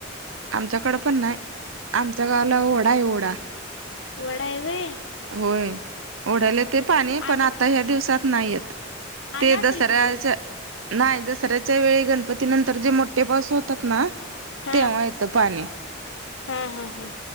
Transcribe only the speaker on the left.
हम्म
हम्म
वडा आहेवे
आलं
आलं
असेल
की मग
हा
हा हम हम